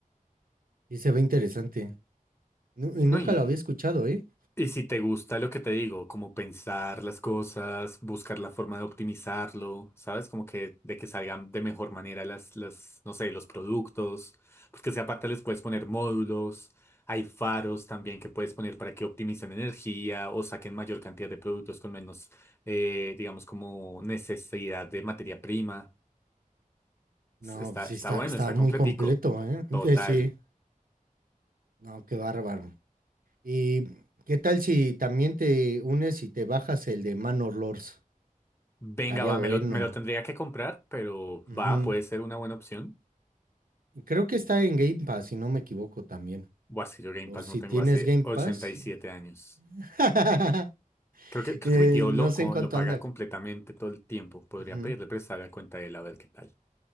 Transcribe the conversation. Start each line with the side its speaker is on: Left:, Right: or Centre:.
Right: Y se ve interesante. Nu- y
Left: No,
Right: nunca
Left: y
Right: lo había escuchado, ¿eh?
Left: Y si te gusta lo que te digo, como pensar las cosas, buscar la forma de optimizarlo, ¿sabes? Como que de que salgan de mejor manera las, las, no sé, los productos, porque si aparte les puedes poner módulos, hay faros también que puedes poner para que optimicen energía o saquen mayor cantidad de productos con menos, eh, digamos, como necesidad de materia prima.
Right: No,
Left: S- Está,
Right: pues
Left: está
Right: sí está,
Left: bueno,
Right: está
Left: está
Right: muy
Left: completico.
Right: completo, ¿eh?
Left: Total.
Right: Eh, Sí, no, qué bárbaro. ¿Y qué tal si también te unes y te bajas el de Manor Lords?
Left: Venga,
Right: Estaría
Left: va,
Right: bueno.
Left: me lo, me lo tendría que comprar, pero
Right: Ujú.
Left: va, puede ser una buena opción.
Right: Creo que está en Game Pass, si no me equivoco también.
Left: Buah, es que yo Game
Right: Por
Left: Pass
Right: si
Left: no tengo
Right: tienes
Left: hace
Right: Game
Left: ochenta
Right: Pass.
Left: y siete años.
Right: <laughs>
Left: Creo que, creo
Right: Eh,
Left: que mi tío
Right: no
Left: lo,
Right: sé
Left: co-
Right: en cuánto
Left: lo paga
Right: anda.
Left: completamente todo el tiempo. Podría
Right: Ujú.
Left: pedirle prestar la cuenta de él a ver qué tal.